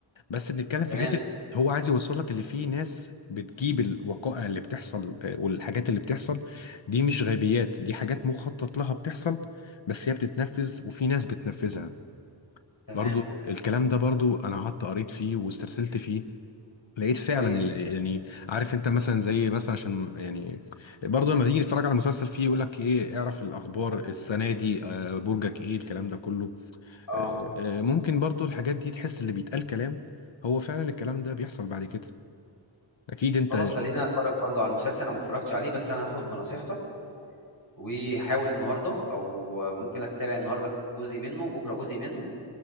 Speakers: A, on the left; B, on the left.
A: بس بنتكلم في
B: تمام
A: حته هو عايز يوصل لك اللي فيه ناس بتجيب الوقائع اللي بتحصل آه، والحاجات اللي بتحصل دي مش غيبيات دي حاجات مخطط لها بتحصل بس هي بتتنفذ وفي ناس بتنفذها
B: تمام
A: برضو الكلام ده برضو انا قعدت قريت فيه واسترسلت فيه لقيت فعلا
B: كويس
A: ال- يعني عارف انت مثلا زي مثلا عشان يعني برضه لما تيجي تتفرج على المسلسل فيه يقول لك ايه اعرف الاخبار
B: مم.
A: السنه دي آه، برجك ايه الكلام ده كله
B: اه
A: آه، ممكن برضو الحاجات دي تحس اللي بيتقال كلام هو فعلا الكلام ده بيحصل بعد كده اكيد انت
B: خلاص خلينا اتفرج برضو على المسلسل انا ما اتفرجتش عليه بس انا هاخد بنصيحتك وهحاول النهارده او ممكن اتابع النهارده جزء منه وبكره جزء منه